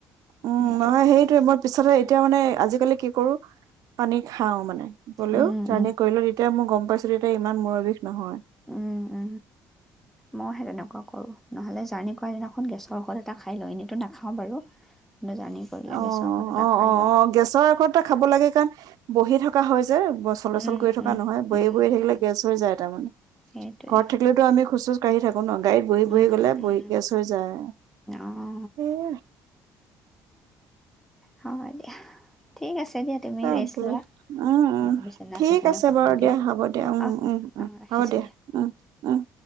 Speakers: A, on the right (about 65°); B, in the centre.
A: অ
B: সেইটোৱে
A: মানে সেই টোৱে মই পিছতে এতিয়া মানে আজিকালি কি। বহুত পানী খাও মানে। হ'লেও
B: উম
A: জাৰ্ণি
B: উম
A: কৰিলো যেতিয়া তেতিয়া মই গম পাইছো। <unintelligible> ইমান মূৰ বিষ নহয়।
B: উ উ মই সেই তেনেকুৱা কৰো নহ'লে জাৰ্ণি কৰা দিনাখন গেছৰ ঔষধ এটা খাই লওঁ এনেতো নাখাওঁ বাৰু। কিন্তু জাৰ্ণি কৰিলে
A: অ
B: গেছৰ ঔষধ এটা
A: অ অ
B: খাই
A: অ
B: লওঁ
A: অ গেছৰ ঔষধ এটা খাব লাগে কাৰণ বহি থাকো। কাহো যে। চলচল
B: উম
A: কৰি থকা
B: উম
A: নহয় বহি
B: উম
A: বহ থাকিলে
B: উম
A: গেছ হৈ যায় তাৰমানানে
B: সেইটোৱে
A: ঘৰত থাকিলেতো আমি খোচ কি থাকো আ ন গাড়ীত বহি বহি
B: উম
A: গ'লে বহি
B: উম
A: গেছ হৈ যায়
B: অঁ
A: আৰু।
B: হ'ব দিয়া ঠিক আছে। দিয়া তুমি
A: ৰাখো
B: ৰেষ্ট লোৱা
A: অ, অ,
B: মই বিচনা
A: ঠিক
B: চিচনা
A: আছে
B: পাৰোঁগৈ
A: বাৰু দিয়া হ'ব দিয়া অ,
B: অঁ
A: অ
B: অঁ ৰাখিছোঁ
A: হব দিয়া উ উ।